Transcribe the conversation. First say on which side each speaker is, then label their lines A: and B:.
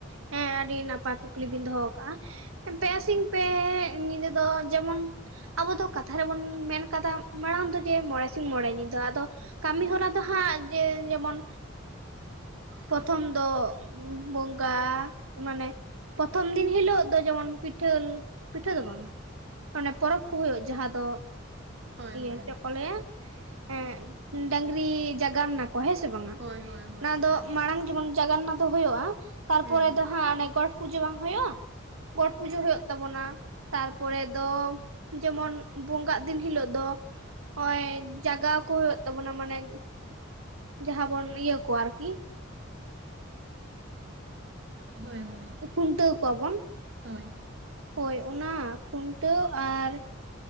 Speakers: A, on the right; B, on the right.
A: ᱦᱮᱸ ᱟᱹᱰᱤ ᱱᱟᱯᱟᱭ ᱠᱩᱠᱞᱤ ᱵᱤᱱ ᱫᱚᱦᱚ ᱟᱠᱟᱫᱼᱟ ᱯᱮ ᱥᱤᱧ ᱯᱮ ᱧᱤᱫᱟᱹ ᱫᱚ ᱡᱮᱢᱚᱱ ᱟᱵᱚ ᱫᱚ ᱠᱟᱛᱷᱟ ᱨᱮᱵᱚᱱ ᱢᱮᱱ ᱟᱠᱟᱫᱟ ᱢᱟᱲᱟᱝ ᱫᱚ ᱡᱮ ᱢᱚᱬᱮ ᱥᱤᱧ ᱢᱚᱬᱮ ᱧᱤᱫᱟᱹ ᱟᱫᱚ ᱠᱟᱹᱢᱤ ᱦᱚᱨᱟ ᱫᱚ ᱦᱟᱸᱜ ᱡᱮ ᱡᱮᱢᱚᱱ ᱯᱨᱚᱛᱷᱚᱢ ᱫᱚ ᱵᱚᱸᱜᱟ ᱢᱟᱱᱮ ᱯᱨᱚᱛᱷᱚᱢ ᱫᱤᱱ ᱦᱤᱞᱳᱜ ᱫᱚ ᱡᱮᱢᱚᱱ ᱯᱤᱴᱷᱟᱹ, ᱯᱤᱴᱷᱟᱹ ᱫᱚ ᱵᱟᱝᱟ ᱚᱱᱮ ᱯᱚᱨᱚᱵᱽ ᱠᱚ ᱦᱩᱭᱩᱜᱼᱟ ᱡᱟᱦᱟᱸ ᱫᱚ
B: ᱦᱳᱭ
A: ᱤᱭᱟᱹ
B: ᱦᱳᱭ
A: ᱪᱮᱫ
B: ᱦᱳᱭ
A: ᱠᱚ ᱞᱟᱹᱭᱟ ᱮ ᱰᱟᱝᱨᱤ ᱡᱟᱜᱟᱱᱱᱟ ᱠᱚᱣᱟ ᱦᱮᱸ ᱥᱮ ᱵᱟᱝᱟ
B: ᱦᱳᱭ ᱦᱳᱭ ᱦᱳᱭ
A: ᱚᱱᱟ
B: ᱥᱟᱜᱟᱱ
A: ᱫᱚ ᱢᱟᱲᱟᱝ ᱡᱮᱢᱚᱱ ᱡᱟᱜᱟᱱᱱᱟ ᱫᱚ ᱦᱩᱭᱩᱜᱼᱟ ᱛᱟᱨᱯᱚᱨᱮ
B: ᱦᱩᱸ ᱦᱩᱸ
A: ᱫᱚ ᱦᱟᱸᱜ ᱚᱱᱮ ᱜᱚᱴ ᱯᱩᱡᱟᱹ ᱵᱟᱝ ᱦᱩᱭᱩᱜᱼᱟ ᱜᱚᱴ ᱯᱩᱡᱟᱹ ᱦᱩᱭᱩᱜ ᱛᱟᱵᱚᱱᱟ ᱛᱟᱨᱯᱚᱨᱮ ᱫᱚ ᱡᱮᱢᱚᱱ ᱵᱚᱸᱜᱟᱜ ᱫᱤᱱ ᱦᱤᱞᱳᱜ ᱫᱚ ᱫᱚ ᱱᱚᱜ-ᱚᱭ ᱡᱟᱜᱟᱣ ᱠᱚ ᱦᱩᱭᱩᱜ ᱛᱟᱵᱚᱱᱟ ᱢᱟᱱᱮ ᱡᱟᱦᱟᱸ ᱵᱚᱱ ᱤᱭᱟᱹ ᱠᱚᱣᱟ ᱟᱨᱠᱤ
B: ᱦᱳᱭ ᱦᱳᱭ
A: ᱠᱷᱩᱱᱴᱟᱹᱣ ᱠᱚᱣᱟ ᱵᱚᱱ
B: ᱦᱳᱭ
A: ᱦᱳᱭ ᱚᱱᱟ ᱠᱷᱩᱱᱴᱟᱹᱣ ᱟᱨ